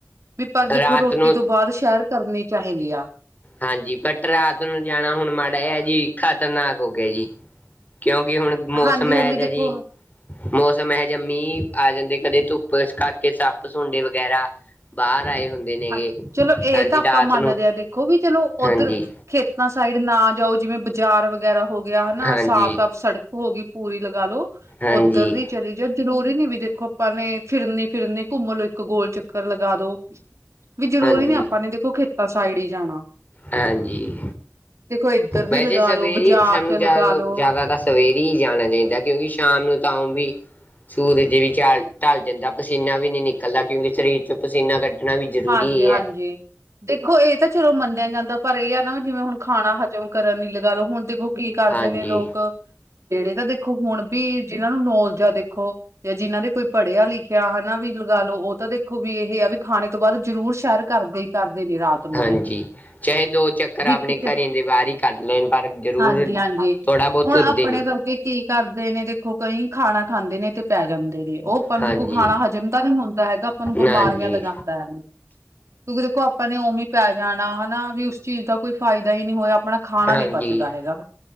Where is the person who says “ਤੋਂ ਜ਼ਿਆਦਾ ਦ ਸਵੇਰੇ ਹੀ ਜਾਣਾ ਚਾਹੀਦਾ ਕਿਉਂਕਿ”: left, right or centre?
Left